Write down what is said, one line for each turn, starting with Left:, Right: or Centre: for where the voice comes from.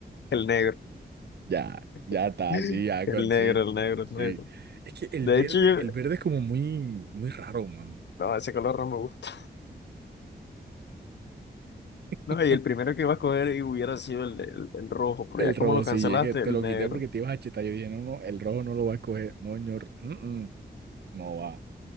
Left: El negro.
Right: Ya, ya
Left: <laughs>
Right: está,
Left: El
Right: sí, ya con
Left: negro,
Right: sí.
Left: el negro,
Right: Sí.
Left: el negro.
Right: Es que el
Left: De
Right: verde,
Left: hecho, yo-
Right: el verde es como muy, muy raro, man.
Left: no, ese color no me gusta. No,
Right: <laughs>
Left: y el primero que iba a coger y hubiera sido el, el, el rojo, pero
Right: El
Left: ya
Right: rojo,
Left: como lo cancelaste,
Right: sí, es que te
Left: el
Right: lo
Left: negro.
Right: quité porque te ibas a chetar. Yo dije, no, no, el rojo no lo va a escoger, No, señor, mm, mm, no va.